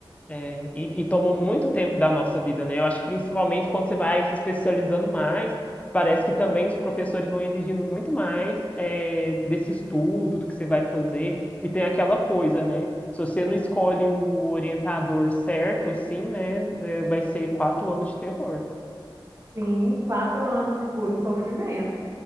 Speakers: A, on the left; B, on the right.
A: É, e, e toma muito tempo da nossa vida, né? Eu acho que principalmente quando você vai se especializando mais, parece que também os professores vão exigindo muito mais é, desse estudo, do que você vai fazer, e tem aquela coisa, né? Se você não escolhe o orientador certo, assim, né, é, vai ser quatro anos de terror.
B: Sim, quatro anos de puro sofrimento.